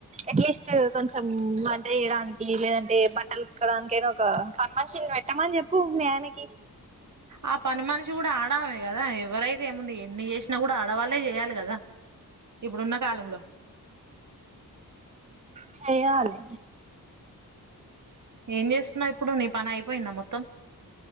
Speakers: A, on the right; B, on the right.
A: ఎట్లీస్ట్ కొంచెం వంట చేయడానికి లేదంటే బట్టలు ఎక్కడానిక అయిన ఒక పని మనిషి పెట్టమని చెప్పు మీ ఆయనకి
B: ఆ పని మనిషి కూడా ఆడమే కదా <unintelligible> ఎవరైతే ఏముంది ఎన్ని చేసినా కూడ ఆడవాళ్ళే చేయాలి కదా ఇప్పుడున్న కాలంలో
A: చేయాలే
B: ఏం చేస్తున్నావు ఇప్పుడు నీ పని అయిపోయింద మొత్తం